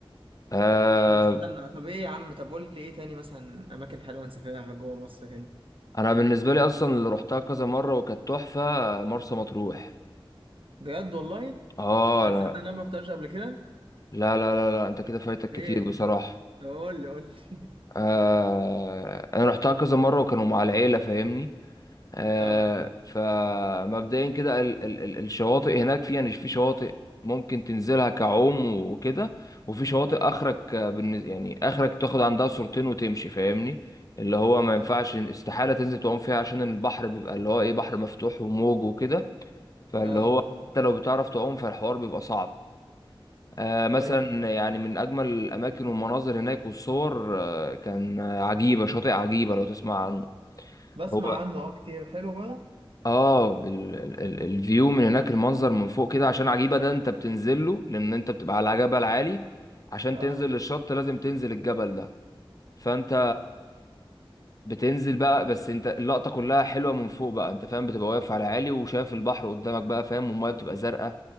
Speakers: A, on the left; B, on the right.
A: آه
B: طب استنى طب ايه يا عم طب قول لي ايه تاني مثلا اماكن حلوه نسافرها جوه مصر هنا
A: انا بالنسبة لي اصلا اللي روحتها كذا مرة وكانت تحفة آه، مرسى مطروح
B: بجد والله
A: اه
B: انا
A: لا
B: صدق إن انا ما رحتش قبل كده
A: لا لا لا, لا. انت كده فايتك كتير
B: ايه
A: بصراحة
B: طب قول لي قول لي
A: آه انا روحتها كذا مرة وكانوا مع العيلة فاهمني آه،
B: <laughs> اه
A: فمبدئيا كده ال ال ال الشواطئ هناك فيها يعني في شواطئ ممكن تنزلها كعوم وكده وفي شواطئ اخرك
B: اه
A: آه، بالن- يعني اخرك تاخد عندها صورتين وتمشي فاهمني اللي هو ما
B: اه
A: ينفعش استحالة تنزل تعوم فيها عشان البحر بيبقى اللي هو ايه بحر مفتوح وموج وكده فاللي
B: اه
A: هو حتى لو بتعرف تعوم فالحوار بيبقى صعب آه مثلا
B: ايوه فاهم
A: يعني من اجمل الاماكن والمناظر هناك والصور آه كان آه، عجيبة شاطئ عجيبة لو تسمع عنه
B: بسمع
A: هو
B: عنه اه كتير حلو بقى
A: اه ال- ال- ال- الفيو من هناك المنظر من فوق كده عشان عجيبة ده انت بتنزل له لان انت بتبقى على جبل عالي عشان
B: اه
A: تنزل للشط لازم تنزل الجبل ده فانت بتنزل بقى بس انت اللقطة كلها حلوة من فوق بقى انت فاهم بتبقى واقف على عالي وشايف البحر قدامك بقى فاهم والمية بتبقى زرقاء